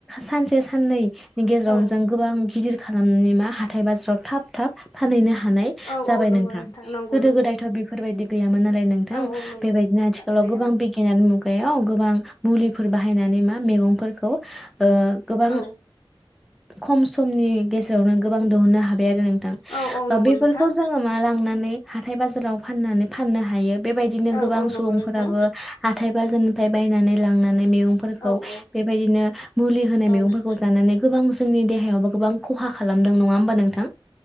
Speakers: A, in the centre; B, on the left (about 45°).
A: सानसे साननै गेजेराव
B: औ
A: नों गोबां गिदिर खालामनि मा हाथाय बाजाराव थाब थाब फानहैनो हा हानाय
B: औ
A: जाबाय
B: औ नंगौ
A: नोंथां
B: नंगौ
A: गोदो
B: नंगौ
A: गोदायथ' बेफोरबायदि गैयामोन नालाय नोंथां
B: औ औ नंगौ
A: बेबायदिनो
B: नोंथां
A: आथिखालाव
B: गैयामोन
A: गोबां बिगियानानो बेयाव गोबां मुलिफोर बाहायनानै मा मेगंफोरखौ ओ गोबां
B: औ
A: खम समनि गेजेरावनों गोबां दिहुननो हाबाय आरो नों थां
B: औ औ नंगौ
A: ओ बेफोरखौ
B: नोंथां
A: जोङो मा लांनानै हाथाय बाजाराव फाननानै फाननो हायो। बेबायदिनो
B: औ
A: गोबां
B: औ नंगौ
A: सुबुंफोराबो
B: नोंथां
A: हाथाय बाजारनिफ्राय बायनानै लांनानै मेगंफोरखौ
B: औ औ
A: बेबायदिनो मुलि होनाय
B: औ
A: मेगं फोरखौ जानानै गोबां जोंनि देहायाव बा गोबां खहा खालामदों नङा होमबा नोंथां